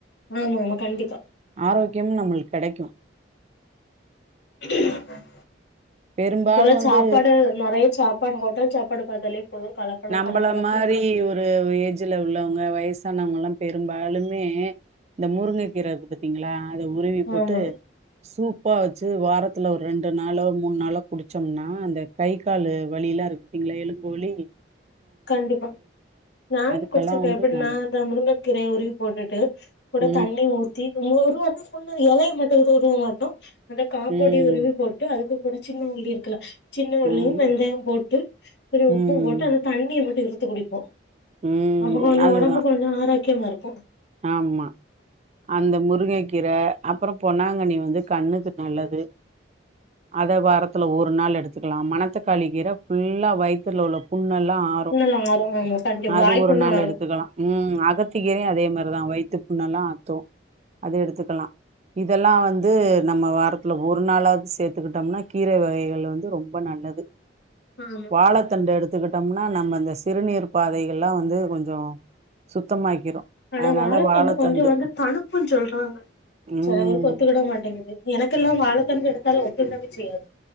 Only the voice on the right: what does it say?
ஆரோக்கியம் நம்மளுக்கு கெடைக்கு
பெரும்பாலு
வந்து
நம்பள
மாரி
ஒருவ் ஏஜ்ல உள்ளவ்ங்க வயஸ் தன்னவங்கலா பெரும்பாலுமே இந்த முருங்க கீரர்க்கு பத்தீங்ளா அத உருவி போட்டு
சூப் போ வச்சு வாரத்துல ஒர் ரெண்டு நாளோ மூணு நாளோ குடிச்சம்னா அந்த கை காலு வலிலா இருக் பிங் லைலு கோலி
அதுக்கெல்லா
வந்து
நல்லது
ம்
ம்
ம்
ம்
ம்
அதுதா
ஆமா அந்த முருங்ககீர அப்பரொ பொ ங்கணி வந்து கண்ணுக்கு நல்லது அத வாரத்துல ஒரு நாள் எடுத்துக்கலா மனத்தக்காளிக்கீர ஃபுல்லா வைத் தில்ல உள்ள புண் எல்லா ஆறு
அது
ஒரு
நாள்
எடுத்துக்கலா ம் அகத் தி கீரயு அதே மர் தா வய்த்து புண்ணலா ஆத்து அது எடுத்துக்கலா இதல்லா வந்து நம்ம வாரத்துல ஒரு நாளாது சேத்துக்கிட்டம்னா கீரை வகைகள் வந்து ரொம்ப நன் இன்னது
வாழைத்தண்டு எடுத் துகுட்டம்னா நம்ம இந்த சிறுநீர் பாதகள்லா வந்து கொஞ்சொ சுத்தமாக்கிரு
அதனால
வாழத்தண்டு
ம்